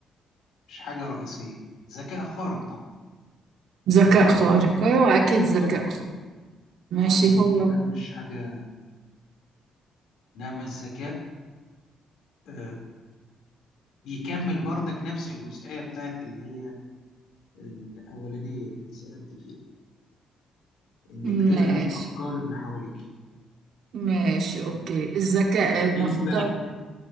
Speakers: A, on the left (about 80°); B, on the right (about 70°).
A: مش حاجة رئيسية ذكاء خارق طبعا
B: ذكاء خارق أيوة أكيد ذكاء
A: طبعا
B: خارق ماشي
A: اه لأنه
B: هو
A: الجمال مش حاجة إنما الذكاء آه بيكمل بردك نفس الجزئية بتاعت اللي هي الأولانية اللي أنت سألت فيها إنك
B: ماشي
A: تقري أفكار اللي حواليك
B: ماشي أوكي الذكاء
A: أنت
B: نختار
A: بقى